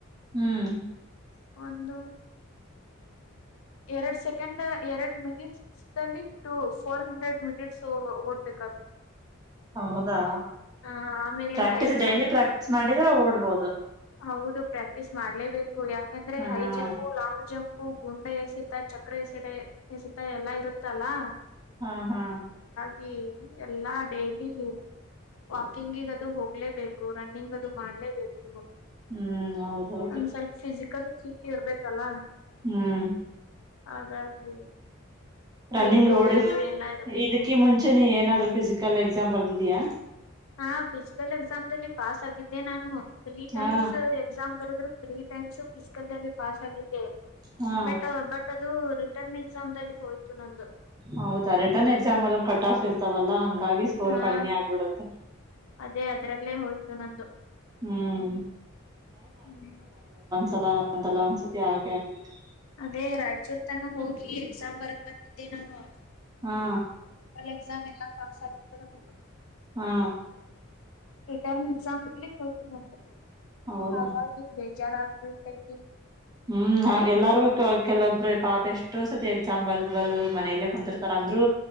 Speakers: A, on the right; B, on the left.
A: ಹ್ಮ್.
B: ಒಂದು. ಎರಡ್ ಸೆಕೆಂಡ್ ಎರಡ್ ಮಿನಿಟ್ಸ್ಲ್ಲಿ ಟು ಫೋರ್ ಹಂಡ್ರೆಡ್ ಮಿನಿಟ್ಸ್ ಓಡ್ಬೇಕ.
A: ಹೌದಾ
B: ಆ ಆಮೇಲೆ
A: practice
B: high jump
A: daily practice ಮಾಡಿದ್ರೆ ಓಡ್ಬ ಹೌದು.
B: ಹೌದು ಪ್ರಾಕ್ಟೀಸ್ ಮಾಡ್ಲೇಬೇಕು ಯಾಕಂದ್ರೆ
A: ಹ್ಮ್
B: ಹೈ ಜಂಪು ಲಾಂಗ್ ಜಂಪ್. ಹೂ ಗುಂಡ ಎಸತ ಚಕ್ರ ಎಸೆತಾ ಎಸತ ಎಲ್ಲಾ ಇರುತ್ತಲ್ಲಾ.
A: ಹಾ ಹಾ.
B: ಹ ಎಲ್ಲಾ ಡೈಲಿ. ವಾಕಿಂಗ ಅದು ಹೋಗ್ಲೇಬೇಕು ರನ್ನಿಂಗ್ ಅದು ಮಾಡ್ಲೇಬೇಕು.
A: ಹ್ಮ್ ಹೌದೌದು
B: ಒಂದ ಸ್ವಲ್ಪ ಫಿಸಿಕಲ್ ಫಿಟ್ ಇರ್ಬೇಕಲ್ಲ.
A: ಹ್ಮ್
B: ಹಾಗಾಗಿ.
A: ರನ್ನಿಂಗ್
B: ಹೈಟು
A: ಓಡಸ
B: ವೇಟು ಎಲ್ಲಾ ಇರಬೇಕು
A: ಇದಕ್ಕ ಮುಂಚೆ ನೀ ಏನಾದ್ರು ಫಿಸಿಕಲ್ ಎಕ್ಸಾಮ್ ಬರ್ದಿದೀಯಾ.
B: ಹಾ ಫಿಸಿಕಲ್ ಎಕ್ಸಾಮ್ಲ್ಲಿ ಪಾಸ್ ಆಗಿದ್ದೆ ನಾನು ತ್ರೀ
A: ಹಾ
B: ಟೈಮ್ಸ್ ಎಕ್ಸಾಮ್ ಬರದ್ರು. ತ್ರೀ ಟೈಮ್ಸ್ ಫಿಸಿಕಲ್ ನಲ್ಲಿ ಪಾಸ್ ಆಗಿದ್ದೆ.
A: ಹಾ
B: ಬೇಟ್ ಬಟ್ ಅದು ರಿಟರ್ನ್ ಎಕ್ಸಾಮ್ ದಲ್ಲಿ ಹೋಯ್ತು ನಂದು.
A: ಹೌದಾ ರಿಟರ್ನ್ ಎಕ್ಸಾಮಲ್ಲು ಕಟ್ ಆಫ್ ಇರ್ತವಲ್ಲಾ ಹಂಗ. ಗಾಗಿ ಸ್ಕೋರ್
B: ಹಾ
A: ಕಡಿಮಿ ಆಗ್ಬಿಡುತ್ತೆ.
B: ಅದೇ ಅದ್ರಲ್ಲೇ ಹೋಯ್ತು ನಂದು
A: ಹ್ಮ್
B: ಹ್ಮ್
A: ದಲ್ಲ ಒಂದಲ್ಲ ಒಂದ್ಸತಿ ಆಗೆ ಆಗತೇತಿ.
B: ಅದೇ ರಾಯಚೂರ್ ತನಾ ಹೋಗಿ ಎಕ್ಸಾಮ್ ಬರದ್ ಬಂದಿದ್ದೆ ನಾನು.
A: ಹಾ.
B: ಫಿಸಿಕಲ್ ಎಕ್ಸಾಮ್ ಎಲ್ಲಾ ಪಾಸಾಗಿತ್ತು ನಂದು.
A: ಹಾ.
B: ರಿಟರ್ನ್ ಎಕ್ಸಾಮನಲ್ಲಿ ಹೋಯ್ತು ನಂದು
A: ಹೌದಾ
B: ಹಾಗಾಗಿ ಬೇಜಾರಾಗ್ಬಿಡ್ತೈತಿ.
A: ಹ್ಮ್ ಹಾ ಎಲ್ಲಾರ್ಗು ಕೆಲವೊಬ್ಬ್ರ. ಪಾಪ ಎಷ್ಟೋ ಸತಿ ಎಕ್ಸಾಮ್ ಬರ್ದ್ ಬರದು ಮನೆಯಲ್ಲೇ ಕುಂತಿರ್ತಾರ ಅಂದ್ರು